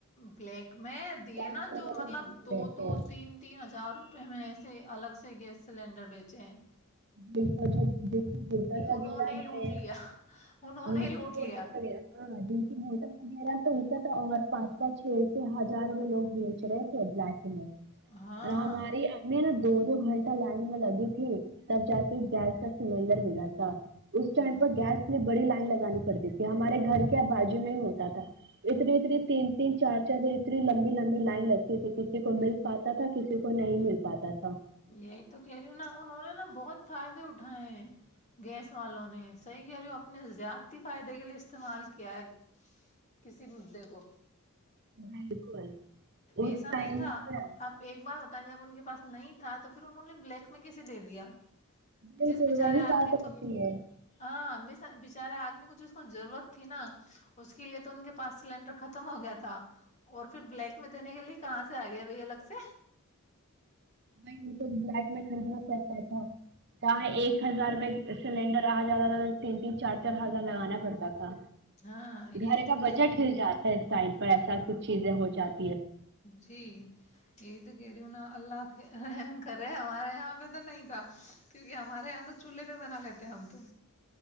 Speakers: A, on the left (about 30°); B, on the right (about 50°).
A: بلیک میں دیے
B: گیس
A: نا
B: وغیرہ
A: جو مطلب
B: دیکھتے
A: دو
B: رہتے
A: دو
B: ہیں
A: تین تین ہزار روپئے میں ایے الگ سے گیس سلینڈر بیچ چھ <unintelligible>
B: جس جگر وغیرہ
A: انہوں نے ہی
B: ہے
A: لوٹ لیا انہوں
B: ج
A: نے ہی لوٹ
B: کی
A: لیا
B: بٹل وغیرہ ہاں جن کی موٹر وغیرہ تو ان کا تھا اور پانچو چھ سے ہزارو لوگ بیچ رہے تھے بلیک اینڈ وائٹ
A: ہاں
B: اور ہماری ایں نا دو دو گھنٹا لائن میں لگی تھی تب جا کے گیس کا سلینڈر ملا تھا اس ٹائنڈ
A: ہ
B: پر گس بڑی لائن لگی انی پڑتی تھی ہمارے گھر کے ا بازو میں ہوتا تھا اتنی اتنی تین تین چار چار د اتنی لمبی لمبی لائن لگتی تھی کسی کو مل پاتا تھا کسی کو نہیں مل پاتا تھا
A: یہی تو کہہ رہی ہوں نا انہوں نا بہت فائدے اٹھائے ہیں گیس والوں نے صحیح کہہ رہی ہوں اپنے زیادتی فائدے کے لیے استعمال کیا ہے کسی مدے کو
B: بالکل اس
A: ایسا نہیں
B: ٹائم
A: تھا
B: پر
A: اب ایک بار جب ان کے پاس نہیں تھا تو پھر انہوں نے بلیک میں کیسے دے دیا
B: بالکل
A: جس بچارے
B: وہی
A: آدمی
B: بات رہتی
A: کو
B: ہے
A: ہاں بچارے آدمی کو جس کو ضرورت تھی نا اس کے لیے تو ان کے پاس سلینڈر ختم ہو گیا تھا اور پھر بلیک میں دینے کے لیے کہاں سے آ گیا بائی الگ سے
B: ب ان کو بلائیک میں خریدنا پڑتا تھا کہاں
A: ہوں،
B: ایک ہزار میں <unintelligible> سلینڈر آج زد زیادہ تین تین چار چار ہزار لگانا پڑتا تھا
A: ہاں یہی
B: گھر
A: تو
B: کا
A: کہہ
B: بجٹ
A: رہی
B: ہل جاتا ہے ٹائم پر ایسا کچھ چیزیں ہو جاتای <unintelligible>
A: جی یہ تو یا اللہ کرے ہمارے یہاں پہ تو نہیں تھا کیونکہ ہمارے یہاں تو چولہے پہ بنا لیتے ہم تو